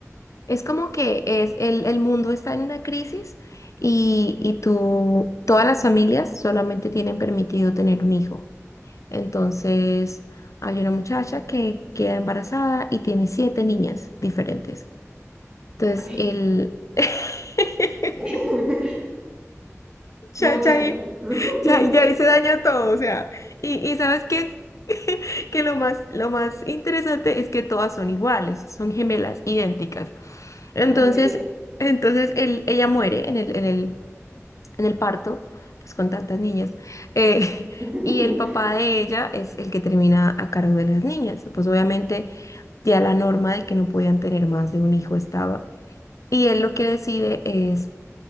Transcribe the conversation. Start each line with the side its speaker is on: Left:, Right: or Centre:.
Left: Es como que es el, el mundo está en una crisis y, y tú, todas las familias solamente tienen permitido tener un hijo. Entonces, hay una muchacha que queda embarazada y tiene siete niñas diferentes. Entonces,
Right: Ok.
Left: el... <laughs>
Right: <laughs>
Left: Ya,
Right: Muchas.
Left: ya,
Right: <laughs>
Left: ya, ya hice daño a todo, o sea, y, y ¿sabes qué? <laughs> Que lo más, lo más interesante es que todas son iguales, son gemelas, idénticas. Entonces,
Right: Ok.
Left: entonces él, ella muere en el, en el, en el parto, pues con tantas niñas. eh, <laughs>
Right: <laughs>
Left: y el papá de ella es el que termina a cargo de las niñas. Pues obviamente ya la norma de que no podían tener más de un hijo estaba. Y él lo que decide es